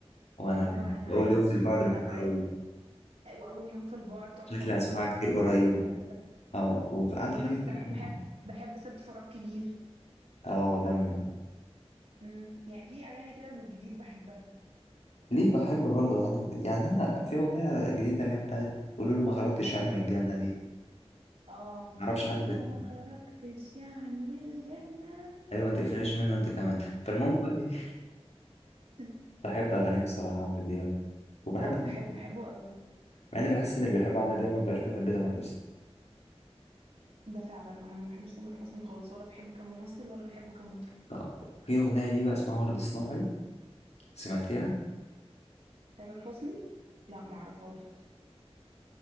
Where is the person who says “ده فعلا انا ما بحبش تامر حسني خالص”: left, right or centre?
Right